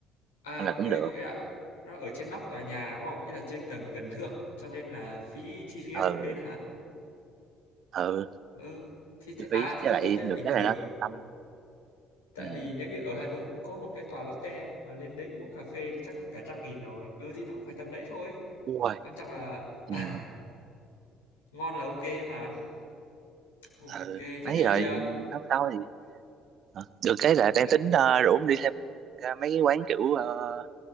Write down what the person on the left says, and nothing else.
à
ok
có nghĩa là nó ở trên nóc tòa nhà đúng không ý là trên tầng gần thượng cho nên là phí chi phí nó
đội lên hả
ừ thì thế,
à
thế
thì
tôi thấy là
bình
thường
tại
vì nếu như ở Hà Nội cũng có một cái tòa Lotte mà lên đấy uống cà phê thì chắc cả trăm nghìn rồi ừ thì nó cũng phải tầm đấy thôi
quan trọng là
<laughs> ngon là ok mà ok
thế
thì
à,
đấy,